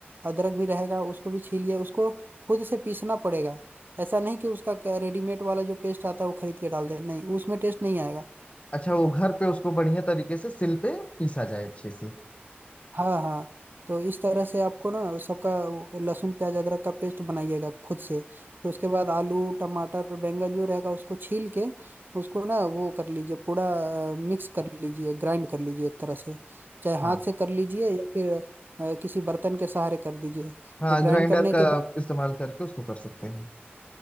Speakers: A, on the right; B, on the left.
A: अदरक भी रहेगा उसको भी छीलिए उसको खुद से पीसना पड़ेगा ऐसा नहीं कि उसका रेडीमेड वाला जो पेस्ट आता है वो खरीद के डाल दे नहीं उसमें टेस्ट नहीं आएगा
B: अच्छा वो घर पे उसको बढ़िया तरीके से सिल पे पीसा जाए अच्छे से
A: हाँ हाँ तो इस तरह से आपको ना उस सबका वो लहसुन प्याज अदरक का पेस्ट बनाइएगा खुद से फिर उसके बाद आलू टमाटर बैंगन जो रहेगा उसको छील के उसको ना वो कर लीजिए पूरा मिक्स कर लीजिए ग्राइंड कर लीजिए एक तरह से चाहे
B: हाँ
A: हाथ से कर लीजिए या फिर अ, किसी बर्तन के सहारे कर दीजिए
B: हाँ
A: फिर ग्राइंड
B: ग्राइंडर
A: करने
B: का
A: के बाद
B: इस्तेमाल करके उसको कर सकते हैं